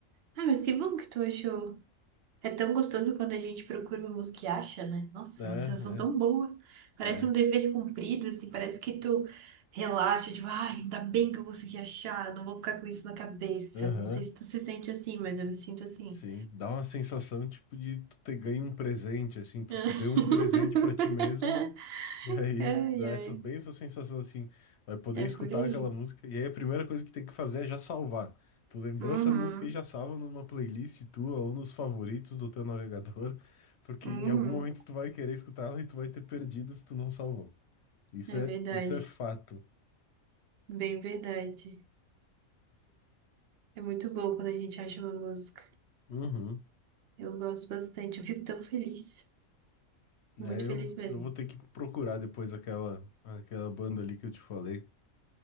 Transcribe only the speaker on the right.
Ah, mas que bom que tu achou. É tão gostoso quando a gente procura uma música e acha, né? Nossa,
vocês são tão boa. Parece
um dever cumprido, assim, parece que tu relaxa, tipo, ai, ainda bem que eu consegui achar, não vou ficar com isso na cabeça.
Não sei se tu se sente assim, mas eu me sinto assim.
<laughs>
Ai,
ai,
é
por aí.
Uhum,
uhum,
é
verdade,
bem verdade. É, é muito bom quando a gente acha uma música.
Eu gosto bastante, eu fico tão feliz,
muito
feliz mesmo.